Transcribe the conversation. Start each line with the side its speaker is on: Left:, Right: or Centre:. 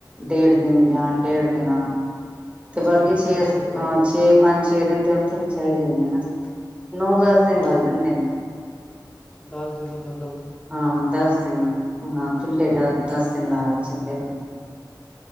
Right: ਡੇਢ ਦਿਨ ਜਾਨ, ਡੇਢ ਦਿਨ ਆਨ ਤੇ
Left: ਅੱਛਾ
Right: ਬਾਕੀ
Left: ਡੇਢ
Right: ਛੇ
Left: ਦਿਨ ਲੱਗ ਜਾਂਦੇ
Right: ਹਾ
Left: ਨੇ
Right: ਛੇ ਪੰਜ ਛੇ ਦਿਨ ਤੇ ਓਥੇ ਵੀ ਚਾਹੀਦੇ ਨੇ ਨਾ, ਨੋ-ਦਸ ਦਿਨ
Left: ਹਾਂ
Right: ਲੱਗ ਜਾਂਦੇ ਨੇ।
Left: ਦਸ ਦਿਨ ਮਲਬ
Right: ਹਾਂ ਦਸ ਦਿਨ, ਹਾਂ ਖੁੱਲੇ ਡਸ ਦਸ ਦਿਨ ਲਾ ਕੇ ਚੱਲੇ ਬੰਦਾ।